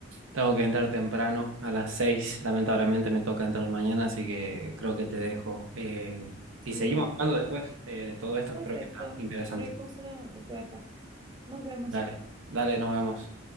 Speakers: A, on the right; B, on the right.
A: tengo que entrar temprano a las seis lamentablemente me toca entrar mañana, así que creo que te dejo. Eh,
B: Sí,
A: y seguimos hablando después eh, de todo esto,
B: Perfecto.
A: que creo que está interesante.
B: Cualquier cosa, estoy acá. Nos vemos,
A: Dale,
B: ¿sí?
A: dale, nos vemos.